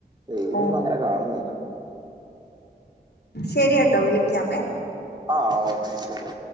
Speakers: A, on the right (about 25°); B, on the left (about 85°).
A: വെയിലൊന്നും
B: ഓ
A: അങ്ങനെ കാണുന്നില്ല
B: ശരിയട്ടോ വിളിക്കാമേ
A: ആ ഓക്കെ ശരി